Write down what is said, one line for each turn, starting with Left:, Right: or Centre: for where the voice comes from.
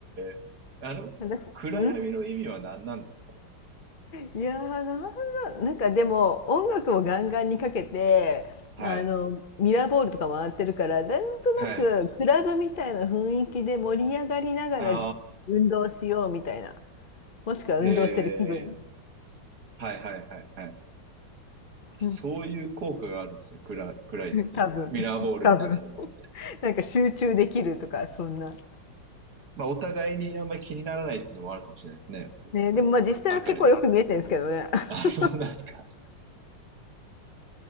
Right: え。あの、
Left: 私、
Right: 暗闇の意味は何なんですか
Left: んいやー、なんだ、なんかでも音楽をガンガンにかけて、
Right: はい。
Left: あの、ミラーボールとか回ってるから、なんとなくクラブみたいな雰囲気で盛り上がりながら
Right: はい。あ
Left: 運動しようみたいな。もしくは運動してる気分。
Right: あ、へえ。はいはいはいはい。そういう効果があるんですね。
Left: うん、
Right: 暗、暗いっていう。
Left: 多分、
Right: ミラーボールみたいなのもあって。
Left: 多分。<laughs> なんか集中できるとか、そんな。
Right: まあ、お互いにあんまり気にならないっていうのもあるかもしれないですね。
Left: ね、
Right: この、
Left: でもまあ実際は結構よく見えてるんですけどね。
Right: 明るい。
Left: <laughs>
Right: あ、そうなんですか。